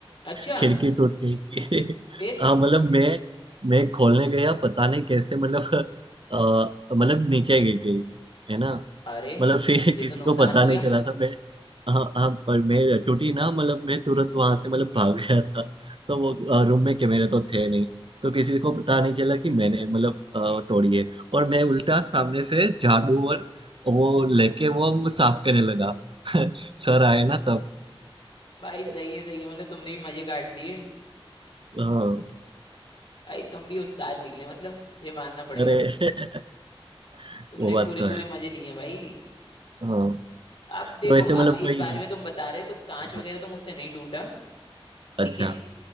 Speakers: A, on the left; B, on the right.
A: अच्छा
B: खिड़की टूट गई थी
A: फिर
B: <laughs> हाँ मतलब मैं मैं खोलने गया पता नहीं कैसे मतलब अ, मतलब नीचे गिर गई है ना
A: अरे
B: मतलब फिर
A: ये
B: <laughs> किसी
A: तो नुकसान
B: को पता
A: हो
B: नहीं
A: गया
B: चला था मैं हाँ हाँ पर मैं टूटी ना मतलब मैं तुरंत वहां से मतलब भाग गया था तो वो रूम में कैमरे तो थे नहीं तो किसी को पता नहीं चला कि मैंने मतलब अ, तोड़ी है और मैं उल्टा सामने से झाड़ू और वो लेके वो साफ करने लगा <laughs> सर आए ना तब
A: <laughs> भाई सही
B: <laughs>
A: है सही है मतलब तुमने भी मजे काट दिए
B: हाँ
A: भाई तुम भी उस्ताद निकले मतलब ये मानना पड़ेगा
B: अरे <laughs>
A: तुमने
B: वो बात
A: भी पूरे
B: तो है
A: पूरे मजे लिए हैं भाई
B: हाँ
A: अब देखो
B: तो ऐसे मतलब
A: अब इस
B: कोई
A: बारे में तुम बता रहे हो, तो कांच वगैरह
B: हाँ,
A: तो मुझसे नहीं टूटा
B: अच्छा
A: ठीक है